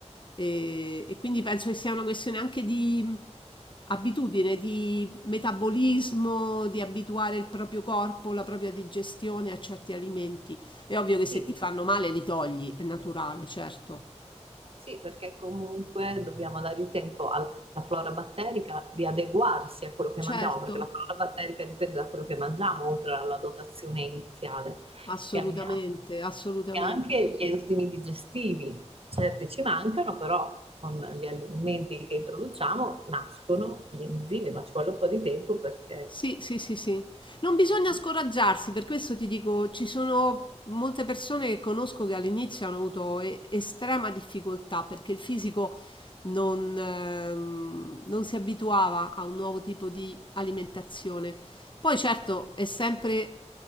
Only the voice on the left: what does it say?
E, e quindi penso che sia una questione anche di abitudine, di metabolismo, di abituare il proprio corpo, la propria digestione a certi alimenti. È ovvio che
se ti fanno male li togli, è naturale, certo.
Certo,
assolutamente,
assolutamente.
Sì, sì, sì, sì. Non bisogna scoraggiarsi, per questo ti dico, ci sono molte persone che conosco che all'inizio hanno avuto e- estrema difficoltà perché il fisico non, ehm, non si abituava a un nuovo tipo di alimentazione. Poi certo è sempre